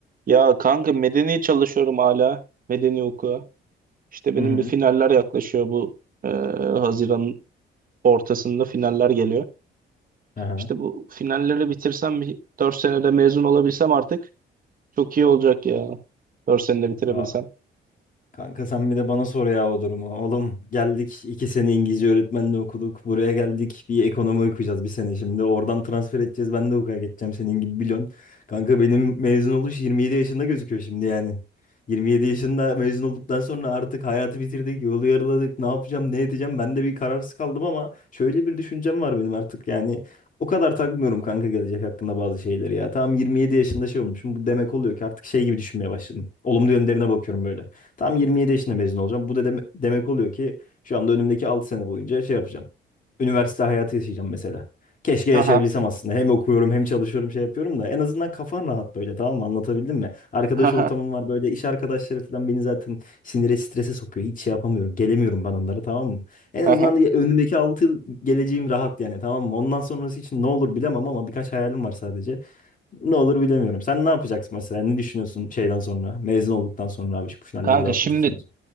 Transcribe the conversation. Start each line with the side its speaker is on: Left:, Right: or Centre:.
Right: Ya kanka medeni çalışıyorum hala. Medeni hukuka. İşte benim
Left: Hı hı.
Right: bir finaller yaklaşıyor bu e, Haziran'ın ortasında finaller geliyor.
Left: Aha.
Right: İşte bu finalleri bitirsem bir 4 senede mezun olabilsem artık çok iyi olacak ya. dört senede bitirebilsem.
Left: Ya, Kanka sen bir de bana sor ya o durumu. Oğlum geldik iki sene İngilizce öğretmenliği okuduk. Buraya geldik bir ekonomi okuyacağız bir sene şimdi. Oradan transfer edeceğiz. Ben de hukuka geçeceğim senin gibi biliyorsun. Kanka benim mezun oluş 27 yaşında gözüküyor şimdi yani. 27 yaşında mezun olduktan sonra artık hayatı bitirdik, yolu yarıladık. Ne yapacağım, ne edeceğim? Ben de bir kararsız kaldım ama şöyle bir düşüncem var benim artık yani. O kadar takmıyorum kanka gelecek hakkında bazı şeyleri ya. Tamam 27 yaşında şey olmuşum. Bu demek oluyor ki artık şey gibi düşünmeye başladım. Olumlu yönlerine bakıyorum böyle. Tam 27 yaşında mezun olacağım. Bu da deme- demek oluyor ki şu anda önümdeki 6 sene boyunca şey yapacağım. Üniversite hayatı yaşayacağım mesela. Keşke
Right: Aha,
Left: yaşayabilsem aslında. Hem okuyorum hem çalışıyorum şey yapıyorum da en azından kafan rahat böyle tamam mı? Anlatabildim mi? Arkadaş
Right: aha,
Left: ortamım var böyle iş arkadaşları falan beni zaten sinire strese sokuyor. Hiç şey yapamıyorum. Gelemiyorum ben onlara tamam mı? En
Right: aha.
Left: azından ya- önümdeki 6 yıl geleceğim rahat yani tamam mı? Ondan sonrası için ne olur bilemem ama birkaç hayalim var sadece. Ne olur bilemiyorum. Sen ne yapacaksın mesela? Ne düşünüyorsun şeyden sonra? Mezun olduktan sonra abi şu finalleri
Right: Kanka
Left: de atlatırsan.
Right: şimdi